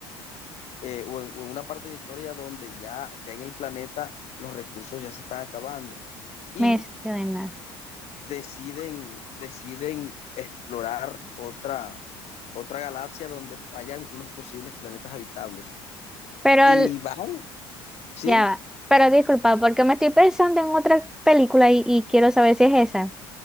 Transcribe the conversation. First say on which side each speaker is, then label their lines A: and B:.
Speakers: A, on the left; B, in the centre.
A: eh, o, en, o en una parte de la historia donde ya, ya en el planeta los recursos ya se están acabando y
B: me suena.
A: deciden, deciden explorar otra, otra galaxia donde hayan unos posibles planetas habitables.
B: Pero
A: Y
B: el-
A: van, ¿sí?
B: ya va. Pero disculpa, porque me estoy pensando en otra película y, y quiero saber si es esa.